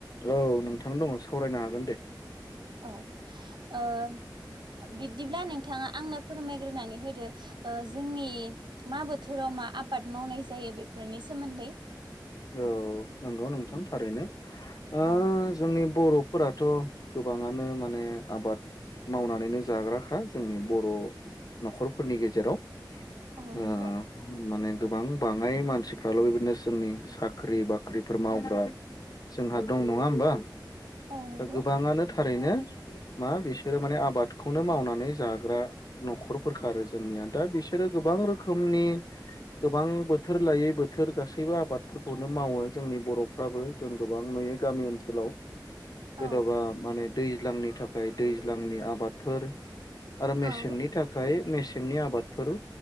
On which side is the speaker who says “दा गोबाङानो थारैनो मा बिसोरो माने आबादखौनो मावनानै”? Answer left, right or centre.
Left